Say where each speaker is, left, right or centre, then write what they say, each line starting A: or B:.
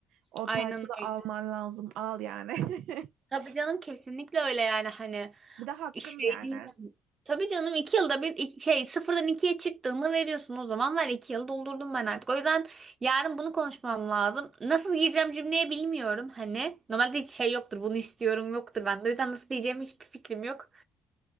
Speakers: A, on the right; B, on the right.
A: O
B: Aynen
A: title'ı
B: öyle.
A: alman lazım. Al yani. <laughs>
B: Tabii canım kesinlikle öyle yani hani
A: Bir de hakkın
B: şey
A: yani.
B: değil yani. Tabii canım iki yılda bir iki- şey sıfırdan ikiye çıktığını veriyorsun o zaman ver iki yıl doldurdum ben artık. O yüzden yarın bunu konuşmam lazım. Nasıl gireceğim cümleye bilmiyorum hani. Normalde hiç şey yoktur bunu istiyorum yoktur bende. O yüzden nasıl diyeceğim hiçbir fikrim yok.